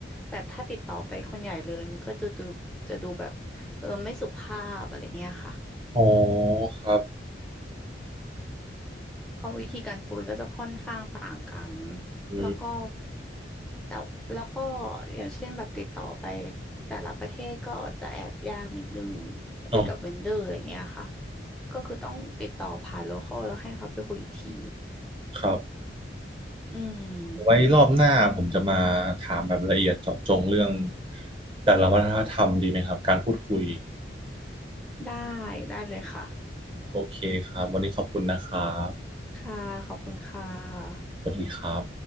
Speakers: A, in the centre; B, on the right.
A: แบบถ้าติดต่อไปคนใหญ่เลยมันก็จะดูจะดูแบบเออไม่สุภาพอะไรเงี้ยค่ะ
B: โอ้ครับ
A: ก็วิธีการคุยก็จะค่อนข้างต่างกัน
B: อืม
A: แล้วก็แต่แล้วก็อย่างเช่นแบบติดต่อไปแต่ละประเทศก็จะแอบยากนิดนึงคุยกับเวนเดอร์อะไรเงี้ยค่ะ
B: อ๋อ
A: ก็คือต้องติดต่อผ่านโลคอลแล้วให้เขาไปคุยอีกที
B: ครับ
A: อืม
B: ไว้รอบหน้าผมจะมาถามแบบละเอียดเจาะจงเรื่องแต่ละวัฒนธรรมดีไหมครับการพูดคุย
A: ได้ได้เลยค่ะ
B: โอเคครับวันนี้ขอบคุณนะครับ
A: ค่ะขอบคุณค่ะ
B: สวัสดีครับ